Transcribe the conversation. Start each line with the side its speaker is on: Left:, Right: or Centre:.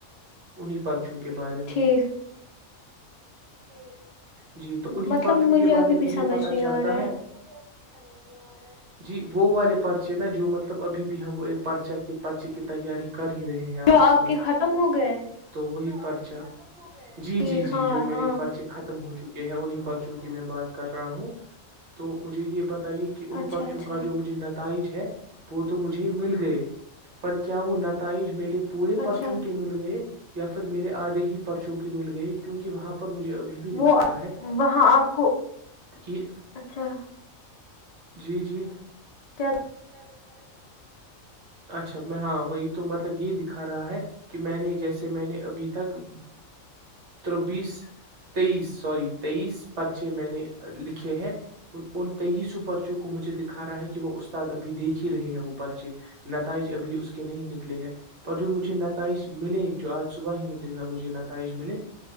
Right: انہیں پرچوں کے بارے میں
Left: ٹھیک
Right: ٹھ <unintelligible> جی تو انہیں
Left: مطلب
Right: پرچوں
Left: مجھے
Right: کے بارے
Left: ابھی بھی
Right: میں یہ
Left: سمجھ
Right: پتا
Left: نہیں
Right: چلتا
Left: آ رہا
Right: ہے مب بھی سمجھ نہیں آ رہا ہے جی وہ والے پرچے نا جو مطلب ابھی بھی ہم ایک پرچہ کی پرچی کی تیاری کر ہی رہے ہیں
Left: جو
Right: آپس
Left: آپ
Right: میں
Left: کے ختم ہو گئے
Right: تو وہی پرچا جی
Left: ٹھیک
Right: جی جی
Left: ہاں
Right: جو میرے
Left: ہاں
Right: پرچے ختم ہو چکے ہیں انیں پرچوں کی میں بات کر رہا ہوں تو مجھے یہ بتا یہ کہ ان
Left: اچھا
Right: پرچوں
Left: اچھا
Right: کا جو مجھے نتا تائج ہے وہ تو مجھے مل گئے پر کیا وہ نتائج میرے پورے
Left: اچھا
Right: پرچوں کے مل گئے یا پھر میرے آدھے ہی پر چونکی مل گئی کیونکہ وہاں پر مجھے ابھی بھی دکھا
Left: وہ
Right: رہا ہے
Left: وہاں آپ کو
Right: کہ
Left: اچھا
Right: جی جی
Left: چ
Right: د خرا اچھا میں ہاں وہی تو مطلب یہ دکھا رہا ہے کہ میں نے جیسے میں نے ابھی تک تروبیس تیئیس سوری تیئیس پرچے میں نے لکھے ہیں ان تیئیسوں پرچوں کو مجھے دکھا رہا ہے کہ کہ وہ استاد اب دیکھ ہی رہے ہیں وہ پچی نتائج ابھی اس کے نہیں نکلے ہیں پر جو مجھے نتائج ملے جو آج صبح ہی مجھے نتائج ملے